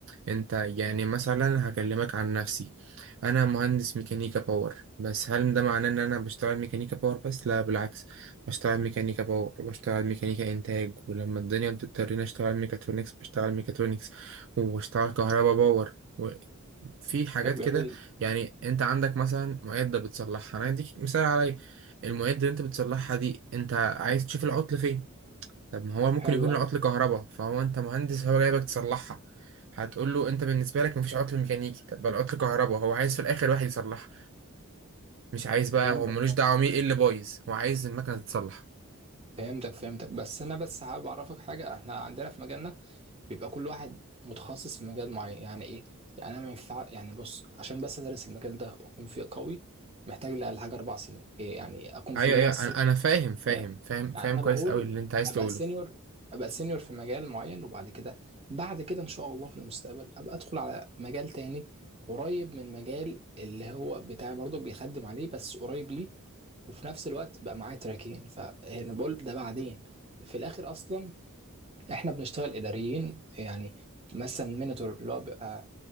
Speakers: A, on the right; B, on the right.
A: انت يعني مثلا هكلمك عن نفسي انا مهندس ميكانيكا باور بس هل ده معناه ان انا بشتغل ميكانيكا باور بس لا بالعكس بشتغل ميكانيكا باور وبشتغل ميكانيكا انتاج ولما الدنيا بتضطرني اشتغل ميكاترونكس بشتغل ميكاترونكس وبشتغل كهربا باور في حاجات
B: طب
A: كده
B: جميل
A: يعني انت عندك مثلا معدة بتصلحها انا اديك مثال عليا المعدة اللي انت بتصلحها دي انت عايز تشوف العطل فين طب ما هو ممكن
B: حلو
A: يكون
B: قوي
A: العطل كهرباء فهو انت مهندس هو جايبك تصلحها هتقول له انت بالنسبه لك مفيش عطل ميكانيكي طب ما العطل كهرباء هو عايز في الاخر واحد يصلحها مش عايز بقى
B: فهمتك
A: هو ملوش دعوه مين ايه اللي بايظ هو عايز المكنه تتصلح
B: فهمتك فهمتك بس انا بس حابب اعرفك حاجه احنا عندنا في مجالنا بيبقى كل واحد متخصص في مجال معين يعني ايه يعني انا ما ينفع يعني بص عشان بس ادرس المجال ده واكون فيه قوي محتاج لي اقل حاجه اربع سنين إيه يعني اكون فيه
A: ايوه
B: اللي
A: ايوه
B: هو
A: انا انا فاهم فاهم
B: آه،
A: فاهم
B: يعني
A: فاهم
B: انا
A: كويس
B: بقول
A: قوي اللي انت عايز
B: ابقى
A: تقوله
B: سينيور ابقى سينيور في مجال معين وبعد كده بعد كده ان شاء الله في المستقبل ابقى ادخل على مجال تاني قريب من مجال اللي هو بتاعي برضك بيخدم عليه بس قريب ليه وفي نفس الوقت بقى معايا تراكين فانا بقول ده بعدين في الاخر اصلا احنا بنشتغل اداريين يعني مثلا مينيتور اللي هو بيبقى